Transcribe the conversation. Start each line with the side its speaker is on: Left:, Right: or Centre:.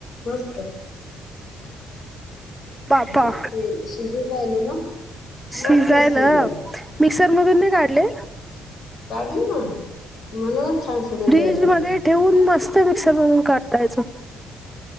Left: मस्त.
Centre: बापा
Left: हो ते शिजून राहिलं ना.
Centre: शिजायला
Left: मस्त स्मेल आली
Centre: मिक्सर मधून नाही काढले.
Left: काढल ना. म्हणूनच छान सुगंध
Centre: फ्रीज
Left: यायला लागला
Centre: मध्ये
Left: ना
Centre: ठेवून मस्त मिक्सर मधून काढायचं.